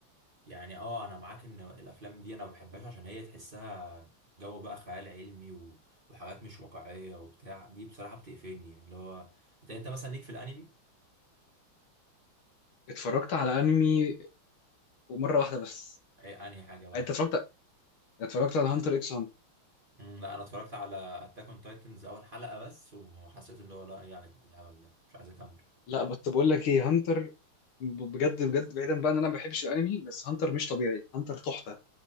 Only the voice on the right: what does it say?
يعني اه انا معاك ان الافلام دي انا ما بحبهاش عشان هي تحسها جو بقى خيال علمي و... وحاجات مش واقعية وبتاع دي بصراحة بتقفلني اللي هو انت انت مثلا ليك في الانمي
ايه انهي حاجة بقى
مم، لا انا اتفرجت على اتاك اون تايتنز اول حلقة بس وحسيت اللي هو لا يعني ايه يا جدعان الهبل ده مش عايز اكمل